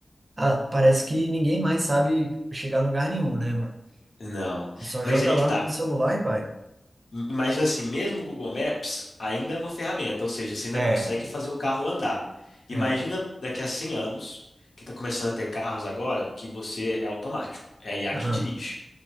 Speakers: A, on the right; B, on the left.
A: Ah, parece que ninguém mais sabe chegar a lugar nenhum, né, mano?
B: Não.
A: Só joga
B: Mas aí é
A: lá
B: que tá.
A: no celular e vai.
B: I- Imagina assim, mesmo o Google Maps ainda é uma ferramenta, ou seja, você ainda
A: É,
B: consegue fazer o carro andar. Imagina
A: é.
B: daqui a 100 anos, que está começando a ter carros agora, que você é automático, é a IA
A: Aham.
B: que dirige.